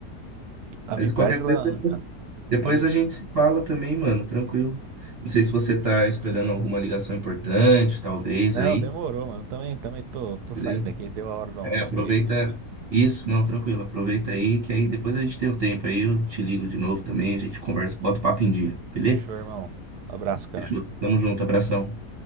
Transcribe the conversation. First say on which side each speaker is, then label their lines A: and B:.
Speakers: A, on the right; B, on the right.
A: A
B: Mas
A: Vibraz,
B: qualquer
A: ela.
B: coisa, Depois
A: a Vi-
B: a gente se fala também, mano, tranquilo. Não sei se você tá esperando alguma ligação importante, talvez
A: Não,
B: aí,
A: demorou, mano. Também, também tô, tô
B: beleza?
A: saindo aqui. Deu a hora do
B: É,
A: almoço
B: aproveita
A: aqui.
B: isso, não, tranquilo, aproveita aí, que aí depois a gente tem um tempo aí, eu te ligo de novo também, a gente conversa, bota o papo em dia, beleza?
A: Fechou, irmão. Abraço, cara.
B: Fechou? Tamo junto, abração.